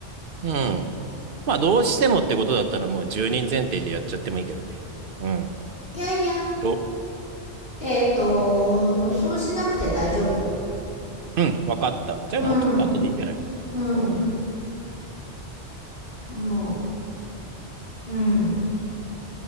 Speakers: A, on the right; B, on the left.
A: うん。まあ、どうしてもってことだったらもう1人前提でやっちゃってもいいけどね。うん。
B: いやいや、
A: ど、
B: えっ、と、そうしなくて大丈夫よ。
A: うん、わかった。じゃあもうちょっと後でいいんじゃない
B: うん、うん、
A: うん。
B: とう。うん。